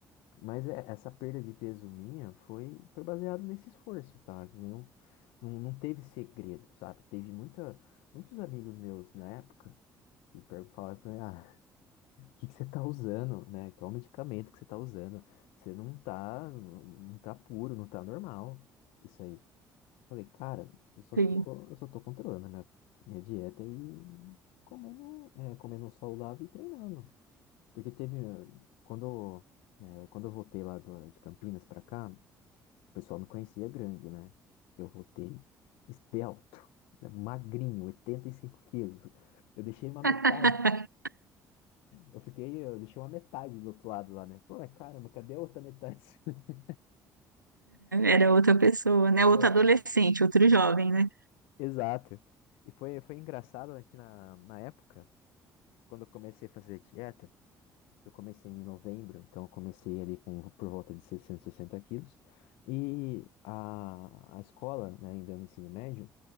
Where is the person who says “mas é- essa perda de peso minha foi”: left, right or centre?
Left